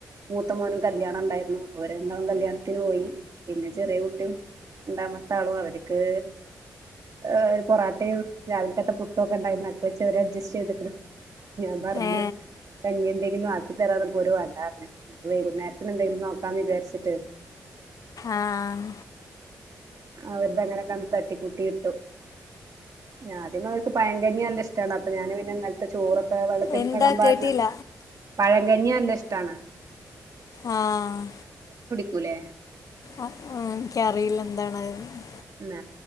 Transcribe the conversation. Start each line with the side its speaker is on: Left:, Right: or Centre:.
Right: മൂത്ത മോനും കല്യാണണ്ടാരുന്നു. ഓരണ്ടു കല്യാണത്തിന് പോയി. പിന്നെ ചെറിയ കുട്ടീം രണ്ടാമത്താളും അവരിക്ക് ഏഹ് പൊറാട്ടയും രാവിൽക്കത്തെ പുട്ടുക്കെയെണ്ടാരന്ന്. അക്കെച്ചവര് അഡ്ജസ്റ്റ് ചെയ്തേക്കണ്. ഞാൻ പറഞ്ഞു
Left: ഏ
Right: കഞ്ഞി എന്തെങ്കിലും ആക്കി തരാന്നപ്പോവെര് വേണ്ടാർ റഞ്ഞ്. വൈകുന്നേരത്തിനെന്തെലും നോക്കാമെന്ന് വിചാരി സെറ്റ്
Left: ആഹ്
Right: അവർങ്ങടെ കൺ തട്ടി കൂട്ടിയിട്ടു. ആദ്യം അവൾക്ക് പഴ കഞ്ഞിയാന്ന് നൽ ഇഷ്ട വൊള്ളേ. അപ്പൊ ഞാന് പിന്നെന്നിലത്തെ ചോറ്. ഓ വെള്ളത്തി
Left: എന്താ
Right: വെള്ളം പാർനേ
Left: കേട്ടില്ല
Right: പഴക്കഞ്ഞിയ നൽഷ്ടാണ്
Left: ആഹ് ആ
Right: കുലെ
Left: ആ ആഹ് എനിക്ക് അറിയില്ല എന്താണത് അതിലെന്ന്
Right: എന്ന